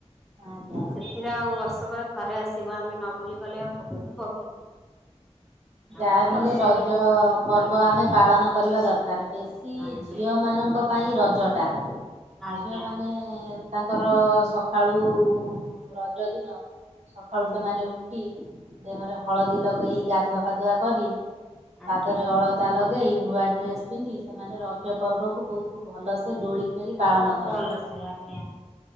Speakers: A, on the right; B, in the centre.
A: ଆଜ୍ଞା।
B: ସେଥିରେ ଆଉ ବର୍ଷକରେ ଥରେ ଆସିବ ଆମେ ନ ବୁଲି ଗଲେ ଆଉ ହବ ହବ କି?
A: ଯାହାବିହେଲେ
B: ଆମ ରଜରେ
A: ରଜ ପର୍ବ
B: ଆଜ୍ଞା
A: ଆମେ ପାଳନ କରିବା ଦରକାର। ତାର ବେଶୀ
B: ଆଜ୍ଞା
A: ଝିଅମାନଙ୍କ ପାଇଁ ରଜଟା,
B: ଆଜ୍ଞା।
A: ଝିଅମାନେ
B: ଆଜ୍ଞା
A: ତାଙ୍କର ସକାଳୁ ରଜ ଦିନ ସକାଳୁ
B: ହୁଁ
A: ସେମାନେ ଉ ଠିକି ଦେହରେ ହଳଦୀ ଲଗେଇ ଗାଧୁଆ ପାଧୁଆ କରି
B: ଆଜ୍ଞା
A: ପାଦରେ ଅଳ ତା ଲଗେଇଇ ନୂଆ ଡ୍ରେସ୍ ପିନ୍ଧି ସେମାନେ ରଜ ପର୍ବକୁ ବହୁତ ଭଲସେ ଡୋଳି ଖେଳି
B: ବହୁତ
A: ପାଳନ କରନ୍ତି।
B: ଭଲ ସେ ଆଜ୍ଞା